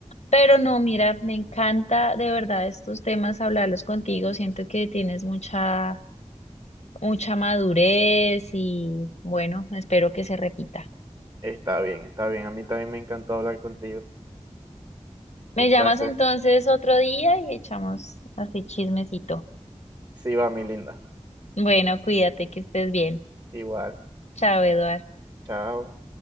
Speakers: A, on the left (about 65°); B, on the right (about 35°).
A: Pero no, mira, me encanta de verdad estos temas, hablarlos contigo. Siento que tienes mucha, mucha madurez y bueno, espero que se repita.
B: Está bien, está bien. A mí también me encantó hablar contigo.
A: Me
B: Un
A: llamas
B: placer.
A: entonces otro día y echamos así chismecito.
B: Sí, va, mi linda.
A: Bueno, cuídate, que estés bien.
B: Igual.
A: Chao, Eduard.
B: Chao.